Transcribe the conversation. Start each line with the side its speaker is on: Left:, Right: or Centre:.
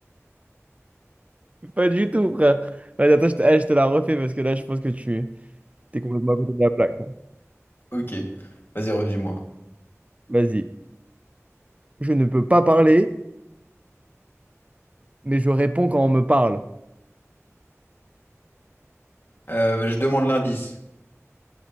Right: Pas du tout, frère. Vas-y, attends, je te, eh, je te la refais parce que là, je pense que tu t'es complètement à côté de la plaque. là.
Left: Ok, vas-y, redis-moi.
Right: Vas-y. Je ne peux pas parler, mais je réponds quand on me parle.
Left: Euh, je demande l'indice.